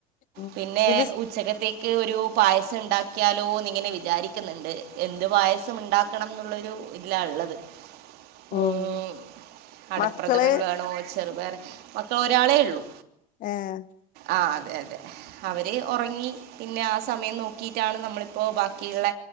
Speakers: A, on the left; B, on the right.
A: ഉം
B: പിന്നെ
A: ഇതില്
B: ഉച്ചക്കത്തേക്ക് ഒരു പായസം ഉണ്ടാ ക്കിയാലോന്നിങ്ങനെ വിചാരിക്കുന്നിണ്ട് എന്ത് പായസം ഉണ്ടാക്കണം എന്നുള്ളൊരു ഇല്ല ഒള്ളത്
A: ഉം
B: ഊമ് അടപ്രഥമൻ
A: മക്കള്
B: വേണോ രു ചെറുപയറെ മക്ക ഒരാളേ ഉള്ളൂ
A: ആഹ്
B: ആ അതെ അതെ അവരെ ഒറങ്ങി പിന്നെ ആ സമയം നോക്കിയിട്ടാണ് നമ്മളിപ്പോൾ ബാക്കിയുള്ള